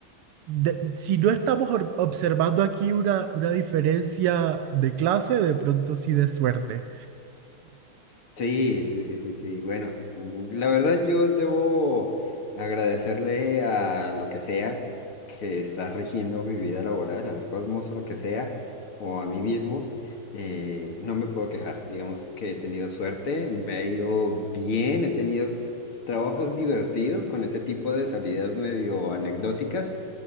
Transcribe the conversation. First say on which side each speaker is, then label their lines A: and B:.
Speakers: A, on the right; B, on the left.
A: de- si no estamos or- observando aquí una, una diferencia de clase, de pronto sí de suerte.
B: Sí, sí, sí, sí, sí. Bueno, mm, la verdad yo debo agradecerle a lo que sea que está rigiendo mi vida laboral, al cosmos o lo que sea, o a mí mismo. Eh, no me puedo quejar. Digamos que he tenido suerte, me ha ido bien, he tenido trabajos divertidos con ese tipo de salidas medio anecdóticas.